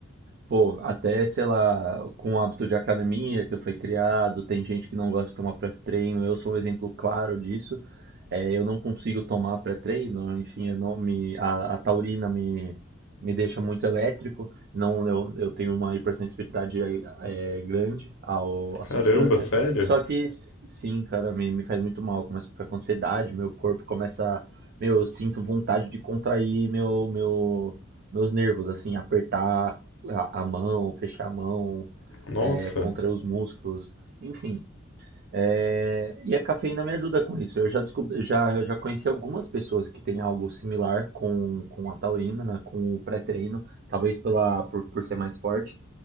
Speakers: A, on the right (about 50°); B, on the left (about 70°).
A: Pô, até, sei lá, com o hábito de academia que foi criado, tem gente que não gosta de tomar pré-treino, eu sou um exemplo claro disso. É, eu não consigo tomar pré-treino, enfim, eu não me, a, a taurina me, me deixa muito elétrico, não, eu, eu tenho uma hipersensibilidade é, é, grande ao, à substância.
B: Caramba, sério?
A: Só que, s- sim, cara, me, me faz muito mal, eu começo a ficar com ansiedade, meu corpo começa, meu, eu sinto vontade de contrair meu, meu, meus nervos, assim, apertar a, a mão, fechar a mão,
B: Nossa,
A: é, contrair os músculos, enfim. É, e a cafeína me ajuda com isso. Eu já descobri, já, eu já conheci algumas pessoas que têm algo similar com, com a taurina, né, com o pré-treino, talvez pela, por, por ser mais forte.